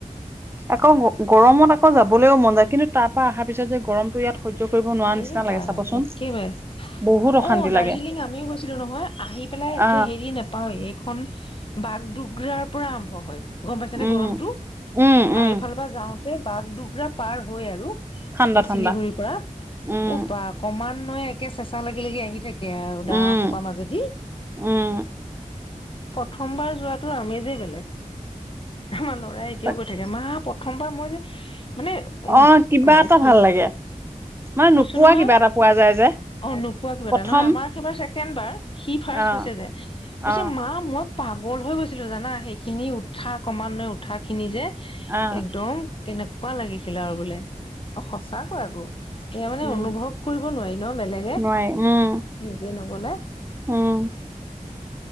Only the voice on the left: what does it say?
এইবাৰ
একেবাৰে।
অ দাৰ্জিলিং
আমিও গৈছিলো নহয় আহি পেলাই
একে হেৰি নেপাওৱে এইখন বাঘ দ্ৰুগাৰ পৰা আৰম্ভ হয়। গম পাইছে
নে গৰমতটো আৰু
সেইফালৰ পৰা যাওঁ। এই বাঘ দ্ৰুগা পাৰ হৈ আৰু
এই
চিলিগুৰিৰ পৰা।
উ বা কম। ইমান নয় একে চেঁচা লাগি - লাগি আহি থাকে। সেয়ায় আৰু
ডাৱৰ সোপাৰ মাজেদি।
প্ৰথমবাৰ যোৱাটো আমেজেই বেলেগ। আমাৰ ল'ৰাই এতিয়াও
কৈ থাকে মা প্ৰথমবাৰ মই যে। মানে উম-
উম
সি।
কৈছো
নহয়
অ নোপোৱা কিবা
এটা নহয় আমাৰ সেইবাৰ। ছেকেণ্ড বাৰ। সি ফাৰ্ষ্ট
গৈছে যে
কৈছে, মা মই পাগল হৈ গৈছিলো জানা সেইখিনি উঠা ক্ৰমান্বয় উঠা খিনি যে।
একদম। কেনেকুৱা লাগিছিলে আৰু বোলে। অ সঁচাকৈ আকৌ। সেয়া মানে
অনুভৱ কৰিব নোৱাৰি ন বেলেগে,
নিজে নগলে।